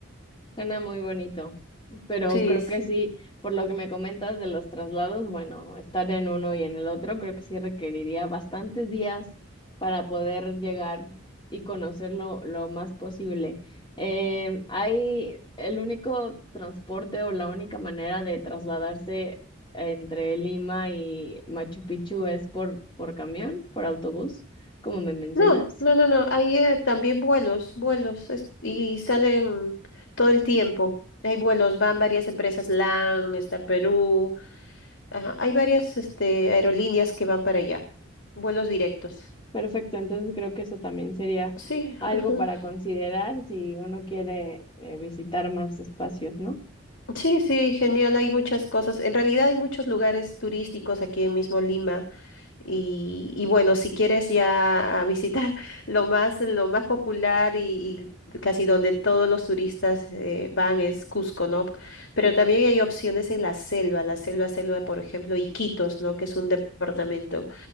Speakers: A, on the left; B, on the left.
A: Suena muy bonito, pero
B: Sí,
A: creo
B: sí.
A: que sí, por lo que me comentas de los traslados, bueno, estar en uno y en el otro, creo que sí requeriría bastantes días para poder llegar y conocerlo lo más posible. Eh, hay el único transporte o la única manera de trasladarse entre Lima y Machu Picchu es por, por camión, por autobús, como me mencionas.
B: No, no, no, no, hay eh, también vuelos, vuelos, es- y salen todo el tiempo. Hay vuelos, van varias empresas, LAN, Star Perú, ajá, hay varias este, aerolíneas que van para allá, vuelos directos.
A: Perfecto, entonces creo que eso también sería
B: Sí,
A: algo
B: ujú.
A: para considerar si uno quiere eh, visitar más espacios, ¿no?
B: Sí, sí, genial. Hay muchas cosas. En realidad hay muchos lugares turísticos aquí mismo en Lima. Y, y bueno, si quieres ya a visitar <laughs> lo más, lo más popular y, y casi donde todos los turistas eh, van es Cusco, ¿no? Pero también hay opciones en la selva, la selva, selva, por ejemplo, Iquitos, ¿no? Que es un departamento